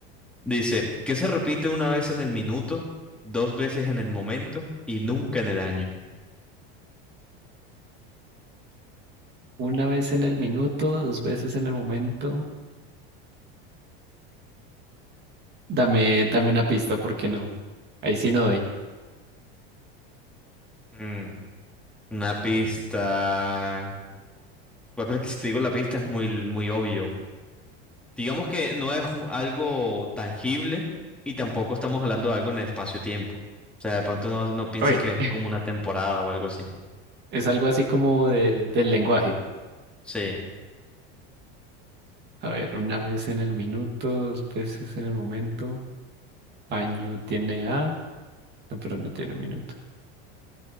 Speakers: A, in the centre; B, on the right (about 35°).
A: Dice, ¿qué se repite una vez en el minuto, dos veces en el momento y nunca en el año?
B: Una vez en el minuto, dos veces en el momento. Dame, dame una pista, porque no. Ahí sí no doy.
A: Mm, una pista. Pues pero es que si te digo la pista es muy, muy obvio. Digamos que no es un- algo tangible y tampoco estamos hablando de algo en el espacio-tiempo. O sea, de pronto no, no pienses
B: Oye,
A: que es
B: <laughs>
A: como una temporada o algo así.
B: es algo así como de, del lenguaje.
A: Sí,
B: A ver, una vez en el minuto, dos veces en el momento. Año tiene A. No, pero no tiene minuto.